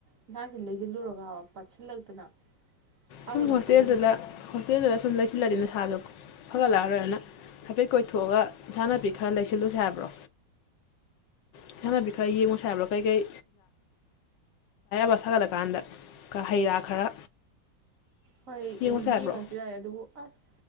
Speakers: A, on the right; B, on the left.
A: ꯌꯦꯟꯁꯥꯡꯁꯤ ꯂꯩꯁꯤꯜꯂꯨꯔꯒꯕ ꯄꯥꯠꯁꯤꯜꯂꯛꯇꯅ ꯁꯥꯒꯠꯂꯛꯄꯒꯤ
B: ꯁꯨꯝ ꯍꯣꯁꯇꯦꯜꯗꯨꯗ ꯍꯣꯁꯇꯦꯜꯗ ꯁꯨꯝ ꯂꯩ ꯁꯤꯜꯂꯅꯤ ꯅꯁꯥꯗꯣ ꯐꯒꯠꯂꯛꯑꯔꯣꯏꯅ ꯍꯥꯏꯐꯦꯠ ꯀꯣꯏꯊꯣꯛꯑꯒ ꯏꯟꯁꯡ ꯅꯥꯄꯤ ꯈꯔ ꯂꯩꯁꯤꯜꯂꯨꯁꯦ ꯍꯥꯏꯕ꯭ꯔꯣ ꯏꯟꯁꯡꯅꯄꯤ
A: ꯑꯁ
B: ꯈꯔ ꯌꯦꯡꯉꯣꯁꯤ ꯍꯥꯏꯕ꯭ꯔꯣ ꯀꯩꯀꯩ <unintelligible> ꯁꯥꯒꯠꯂꯀꯥꯟꯗ ꯍꯩ ꯔꯥ ꯈꯔ
A: ꯍꯣꯏ
B: ꯌꯦꯡꯉꯨꯁꯦ
A: ꯑꯗꯨ
B: ꯍꯥꯏꯕ꯭ꯔꯣ
A: ꯌꯦꯡꯉꯁꯨ ꯌꯥꯏ ꯑꯗꯨꯕꯨ ꯑꯁ